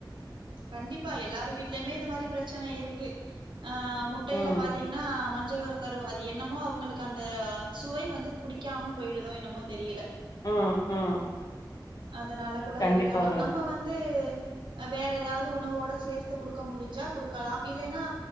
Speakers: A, on the right; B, on the left.
A: கண்டிப்பா எல்லாரு வீட்லேயுமே இந்த மாதிரி பிரச்சனை இருக்கு ஆஹ் முட்டையில
B: ம்
A: பாத்தீங்கன்னா மஞ்சள் கரு அது என்னமோ அவங்களுக்கு அந்த சுவை வந்து புடிக்காம போயிடுதோ என்னமோ தெரியல
B: ம் ம்
A: அதனால கூட
B: கண்டிப்பா
A: இருக்கலாம்
B: தோழி
A: நம்ம வந்து <unintelligible> வேற ஏதாவது உணவோட சேர்த்து குடுக்க முடிஞ்சா குடுக்கலாம் இல்லைன்னா